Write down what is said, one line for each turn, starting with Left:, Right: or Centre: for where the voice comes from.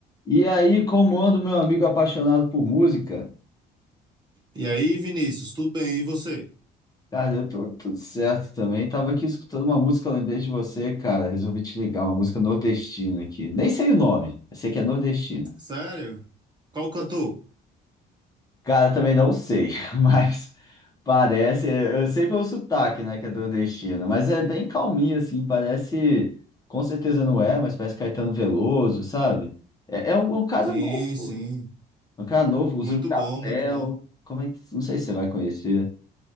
Left: E aí, como ando, meu amigo apaixonado por música?
Right: E aí, Vinícius, tudo bem? E você?
Left: Cara, eu tô tudo certo também. Tava aqui escutando uma música, lembrei de você, cara. Resolvi te ligar, uma música nordestina aqui. Nem sei o nome, eu sei que é nordestina.
Right: Sério? Qual cantor?
Left: Cara, também não sei, <laughs> mas parece. Eu sei pelo sotaque, né, que é nordestina, mas é bem calminho, assim. Parece. Com certeza não é, mas parece Caetano Veloso, sabe? É, é um, é um cara
Right: Sim,
Left: novo.
Right: sim.
Left: Um cara novo, usa
Right: Muito
Left: um chapéu.
Right: bom, muito bom.
Left: Como é que. Não sei se você vai conhecer.